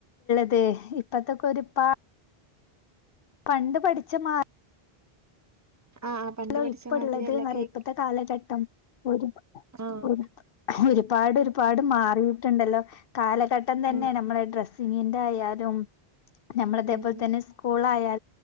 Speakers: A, on the left; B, on the right.
A: അതെ ഇപ്പത്തക്കെ ഒരു പാ പണ്ട് പഠിച്ച മാ
B: ആഹ് പണ്ട്
A: ഹലോ
B: പഠിച്ച
A: ഇപ്പള്ളത്‌
B: മാതിരി അല്ല
A: എന്നറിയാ
B: കേ
A: ഇപ്പത്തെ കാലഘട്ടം ഒരു
B: ആഹ്
A: ഒരു ഒരു പാട് ഒരുപാട് മാറിയിട്ടുണ്ടല്ലോ. കാലഘട്ടം തന്നെ
B: ഉം
A: നമ്മള ഡ്രസ്സ് <unintelligible> ന്റെ ആയാലും നമ്മള അതേപോലെ
B: ഉം
A: തന്നെ സ്കൂൾ ആയാ